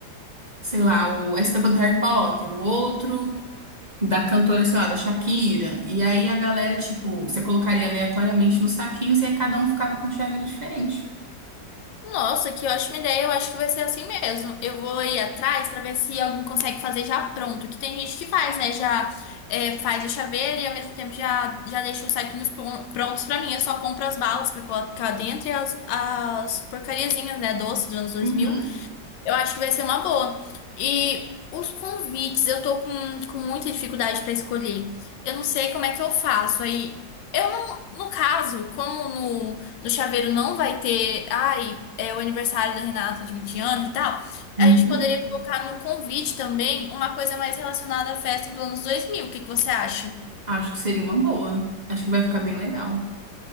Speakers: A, on the right; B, on the left.
A: sei lá, o- a estampa do Harry Potter, o outro da cantora, sei lá, da Shakira. E aí a galera, tipo, você colocaria aleatoriamente nos saquinhos e aí cada um ficava com um chaveiro diferente.
B: Nossa, que ótima ideia. Eu acho que vai ser assim mesmo. Eu vou ir atrás pra ver se alguém consegue fazer já pronto. Que tem gente que faz, né? Já é, faz o chaveiro e ao mesmo tempo já, já deixa os saquinhos pron- prontos pra mim. Eu só compro as balas pra colocar dentro e as, as porcariazinhas, né? Doce dos anos dois
A: Uhum.
B: mil eu acho que vai ser uma boa. E os convites, eu tô com, com muita dificuldade pra escolher. Eu não sei como é que eu faço. Aí, eu não, no caso, como no, no chaveiro não vai ter, ai, é o aniversário da Renata de 20 anos e tal,
A: Uhum.
B: a gente poderia colocar no convite também uma coisa mais relacionada à festa do anos 2000. O que que você acha?
A: Acho que seria uma boa. Acho que vai ficar bem legal. O